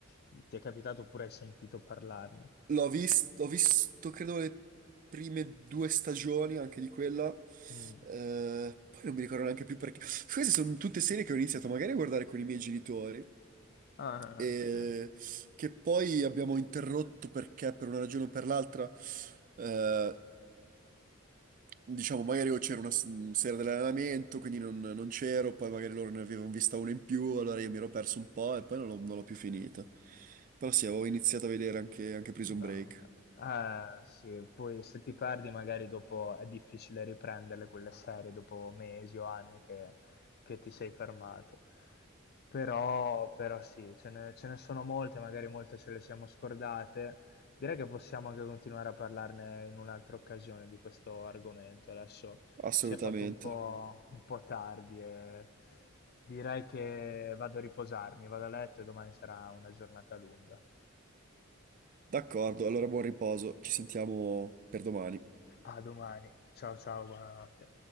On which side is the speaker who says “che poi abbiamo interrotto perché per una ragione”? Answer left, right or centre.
Right